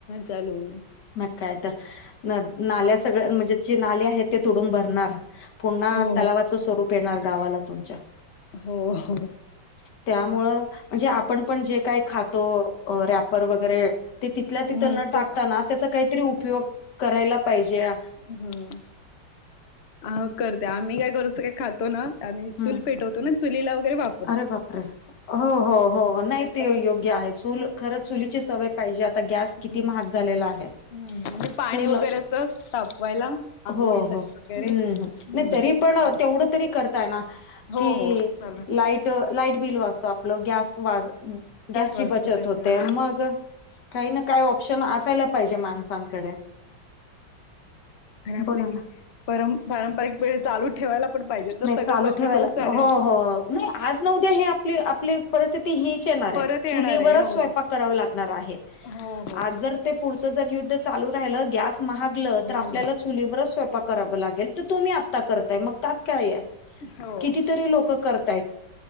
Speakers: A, on the left; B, on the left.
A: चालू होईल.
B: मग काय तर न नाल्या सगळ्या म्हणजे जे नाले आहेत ते तोडून भरणार. पुन्हा
A: हो
B: तलावाचं स्वरूप येणार गावाला तुमच्या
A: हो हो
B: <inaudible> त्यामुळं. म्हणजे आपण पण जे काही खातो रॅपर वगैरे ते तिथल्या तिथं
A: हम्म
B: न
A: ते
B: टाकताना त्याचा काहीतरी उपयोग करायला पाहिजे आ
A: हम्म, आ करते आम्ही काय करूच काय खातो ना. आम्ही
B: हम्म
A: चूल पेटवतो ना चुलीला वगैरे वाप
B: अरे बापरे! हो हो हो नाही ते
A: त्याने कशी
B: योग्य आहे चूल खरं चुलीची सवय पाहिजे आता गॅस किती
A: ह.
B: महाग झालेला आहे,
A: हम्म म्हणजे पाणी
B: चूल
A: वगैरे असं तापवायला आंघोळीसाठी
B: हो हो,
A: वगैरे
B: हं
A: हम्म
B: हं नाही तरी
A: त्याच्या
B: पण तेवढं तरी करताय ना
A: हो
B: की
A: हो चालेल
B: तो लाईट बिल वाचत आपल गॅस वाच, गॅस
A: वाचतो
B: ची बचत
A: त्याचा
B: होते मग काही ना काही ऑप्शन असायला पाहिजे माणसांकडे.
A: अरे आपल्या
B: बोला ना.
A: परम पारंपरिक पिढ्या चालू ठेवायला पण पाहिजे तर सगळं
B: नाही चालू
A: बंद
B: ठेवायला
A: करून चालेल
B: हो हो नाही आज न उद्या हे आपले आपले परिस्थिती हीच येणार आहे
A: परत येणार
B: चुलीवरच
A: आहे हो
B: स्वयंपाक कराव लागणार आहे.
A: हो हो
B: आज जर ते पुढचं जर युद्ध चालू राहिलं गॅस महागलं
A: हो
B: तर आपल्याला चुलीवरच स्वय पाक कराव लागेल तर तुम्ही आता करताय मग का येत
A: हो हो
B: कितीतरी लोक करतायत